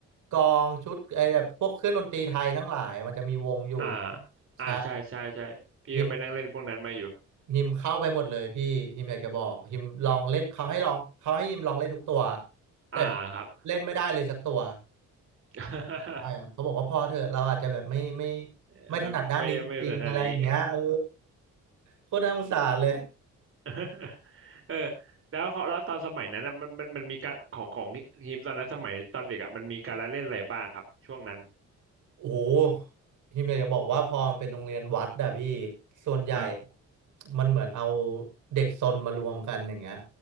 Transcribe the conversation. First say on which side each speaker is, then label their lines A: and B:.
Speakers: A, on the right; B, on the right.
A: กลองชุดไอแบบพวกเครื่องดนตรีไทยทั้งหลายมันจะมีวงอยู่
B: อ่าอ่าใช่ใช่ใช่พี่ก็ไปนั่งเล่นพวกนั้นมาอยู่
A: ใช่ฮิมฮิมเข้าไปหมดเลยพี่ฮิมอยากจะบอกฮิมลองเล่นเขาให้ลองเขาให้ฮิมลองเล่นทุกตัวแต่
B: อ่าครับ
A: เล่นไม่ได้เลยสักตัว
B: <laughs>
A: ใช่ครับเขาบอกว่าพอเถอะเราอาจจะแบบไม่ไม่ไม่ถนัดด้านนี้จริงๆอะไรอย่างเงี้ยเออ
B: เออไม่ไม่เป็นทางนี้
A: โคตรน่าสงสารเลย
B: <laughs> เออแล้วเขาแล้วตอนสมัยนั้นอะมันมันมันมีการของของทีมตอนนั้นสมัยตอนเด็กอ่ะมันมีการละเล่นอะไรบ้างครับช่วงนั้น
A: โอ้โหทีมอยากจะบอกว่าพอมันเป็นโรงเรียนวัดอะพี่ ส่วนใหญ่
B: ครับ
A: มันเหมือนเอาเด็กซนมารวมกันอย่างเงี้ย